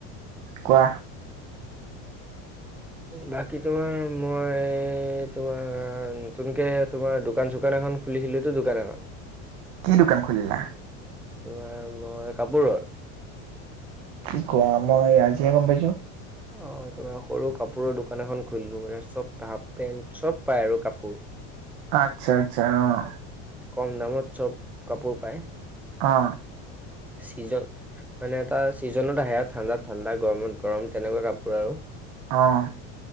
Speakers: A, on the right; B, in the centre.
A: কোৱা!
B: বাকী তোমাৰ মই তোমাৰ নতুনকে তোমাৰ দোকান চোকান এখন, খুলিছিলোঁতো দোকান এখন <unintelligible>
A: কি দোকান খুলিলা,
B: তোমাৰ মই কাপোৰৰ,
A: কি কোৱা মই আজিহে গম পাইছো!
B: অঁ, সৰু কাপোৰৰ দোকান এখন খুলিলো মানে চব পেণ্ট চব পাই আৰু কাপোৰ,
A: আচ্ছা আচ্ছা অঁ,
B: কম দামত চব কাপোৰ পায়!
A: অঁ
B: চিজন <unintelligible> মানে এটা ছিজনত আহে আৰু ঠাণ্ডাত ঠাণ্ডা গৰমত গৰম তেনেকুৱা কাপোৰ আৰু,
A: অঁ,